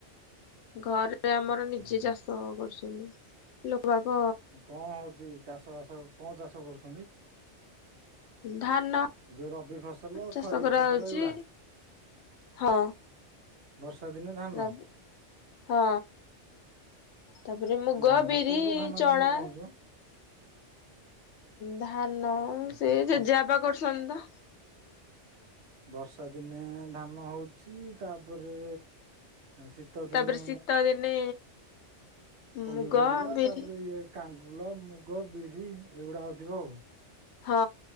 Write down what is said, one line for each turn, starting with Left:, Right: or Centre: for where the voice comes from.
Left: ଘରେ ଆମର ନିଜେ
Right: ଆଛା
Left: ଚାଷ କରୁଚନ୍ତି। ଲୋକବାକ
Right: କଣ ହଉଛି ଚାଷ ବାସ କଣ ଚାଷ କରୁଛନ୍ତି?
Left: ଧାନ
Right: ଏ ଯୋଉ ରବି ଫସଲ
Left: ଚାଷ
Right: ଖରିଫ
Left: କରାହଉଛି।
Right: ଫସଲ ଏଇଗୁଡା
Left: ହଁ
Right: ବର୍ଷା ଦିନେ ଧାନ
Left: ରବି ହଁ। ତାପରେ ମୁଗ,
Right: ଧାନ
Left: ବିରି,
Right: କୋଉ କୋଉ ଧାନ
Left: ଚଣା।
Right: କେମିତି କଣ ହଉଛି ମ
Left: ଧାନ
Right: ଆଛା
Left: ସେ
Right: ଖ
Left: ଜେଜେବାପା କରୁଛନ୍ତି ତ।
Right: ବର୍ଷା ଦିନେ ଧାନ ହଉଚି, ତାପରେ ଶୀତ
Left: ତାପରେ
Right: ଦିନେ
Left: ଶୀତ ଦିନେ
Right: ପନିପରିବା
Left: ମୁଗ ବିରି
Right: ତାପରେ ଇଏ କାଙ୍ଗୁଲ, ମୁଗ, ବିରି ଏଗୁଡ଼ା ହଉଥିବ ଆଉ।
Left: ହଁ